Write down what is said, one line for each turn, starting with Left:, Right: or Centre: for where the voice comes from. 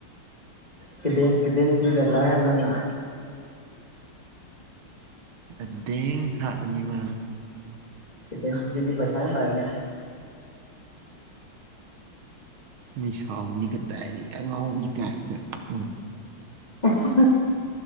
Left: ꯀꯗꯦꯟ ꯀꯗꯦꯟ ꯁꯤꯗꯂ ꯍꯂꯥꯅ
Right: ꯑꯗꯦꯡꯊꯥ ꯑꯅꯤꯃꯥꯅ
Left: ꯀꯗꯦꯟ ꯁꯤꯗꯤ ꯄꯩꯁꯥ ꯌꯥꯝ ꯄꯥꯏꯅ
Right: ꯃꯤ ꯁꯥꯎꯒꯅꯤ ꯀꯗꯥꯏꯗꯒꯤ ꯑꯉꯥꯎꯕꯒꯤ ꯇꯥꯏꯞꯇ ꯎ
Left: ꯑꯍ ꯍ